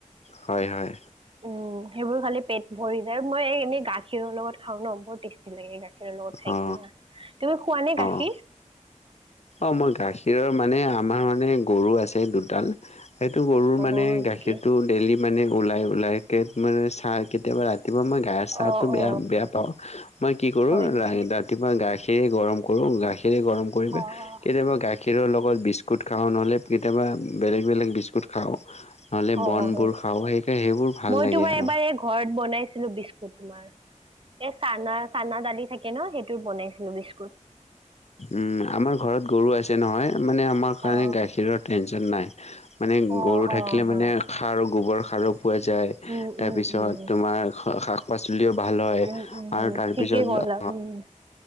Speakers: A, on the left; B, on the right.
A: হয় হয়।
B: উম, সেইবোৰ খালি পেট ভৰি যায় মই এনেই গাখীৰৰ লগত খাও ন বহুত টেষ্টি লাগে গাখীৰ গাখীৰ লগত খাই
A: অ
B: কিনা তুমি খোৱা নে গাখীৰ?
A: অ। অ' মোৰ গাখীৰৰ মানে আমাৰ মানে গৰু আছে দুডাল সেইটো গৰুৰ
B: অ
A: মানে
B: হয়
A: গাখীৰটো
B: নেকি
A: ডেইেলি মানে ওলাই ওলাইকে মানে চাহ কেতিয়াবা ৰাতিপুৱা মই তাৰ চাহটো
B: অ অ
A: বেয়া বেয়া পাওঁ মই কি কৰো।
B: হয় নেকি
A: কেতিয়াবা গাখীৰে গৰম কৰোঁ গাখীৰে গৰম কৰি
B: অ'
A: কেতিয়াবা গাখীৰৰ লগত বিস্কুট খাওঁ নহ'লে কেতিয়াবা বেলেগ বেলেগ বিস্কুট খাওঁ। নহ'লে
B: অ'
A: বনবোৰ খাওঁ সেইকাৰণে সেইবোৰ ভাল
B: মই
A: লাগে
B: তোমাৰ
A: আৰু
B: এবাৰ এই ঘৰত বনাইছিলোঁ বিস্কুট তোমাৰ। এ চানা চানা দালি থাকে ন সেইটোত বনাইছিলো বিস্কুট।
A: উম, আমাৰ ঘৰত গৰু আছে নহয় মানে আমাৰ কাৰণে
B: অ
A: গাখীৰৰ টেনচন নাই। মানে
B: অ
A: গৰু
B: অ
A: থাকিলে
B: হয়
A: মানে সাৰ গোবৰসাৰো পোৱা যায়
B: উম উম
A: তাৰপিছত
B: উম
A: তোমাৰ শাক পাচলিও ভাল হয়
B: উম উম
A: আৰু তাৰপিছত
B: ঠিকেই ক'লা উম